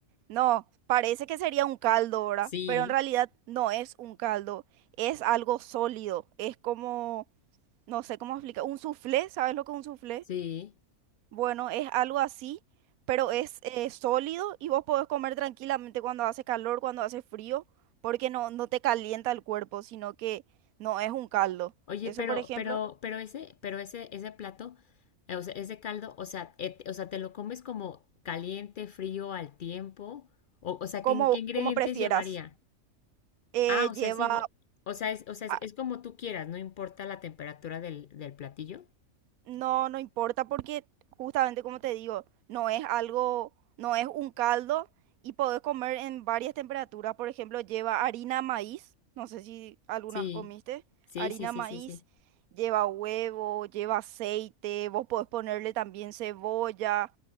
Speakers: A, on the right; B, on the left.
A: no, parece que sería un caldo, ¿verdad?
B: Sí,
A: Pero en realidad no es un caldo, es algo sólido, es como, no sé cómo explicar, un soufflé, ¿sabes lo que es un soufflé?
B: sí.
A: Bueno, es algo así, pero es eh, sólido y vos podés comer tranquilamente cuando hace calor, cuando hace frío, porque no, no te calienta el cuerpo, sino que no es un caldo.
B: Oye,
A: Eso,
B: pero,
A: por ejemplo,
B: pero, pero ese, pero ese, ese plato, eh, o sea, ese caldo, o sea, et- o sea, ¿te lo comes como caliente, frío, al tiempo? O, o sea,
A: como,
B: ¿qué, in- qué ingredientes
A: como prefieras.
B: llevaría?
A: Eh,
B: Ah, o
A: lleva,
B: sea, es igual, o sea, es, o sea, es,
A: ah,
B: es como tú quieras, no importa la temperatura del, del platillo.
A: No, no importa porque justamente como te digo, no es algo, no es un caldo y podés comer en varias temperaturas. Por ejemplo, lleva harina maíz, no sé si algunas
B: Sí,
A: comiste,
B: sí,
A: harina
B: sí, sí,
A: maíz,
B: sí, sí.
A: lleva huevo, lleva aceite, vos podés ponerle también cebolla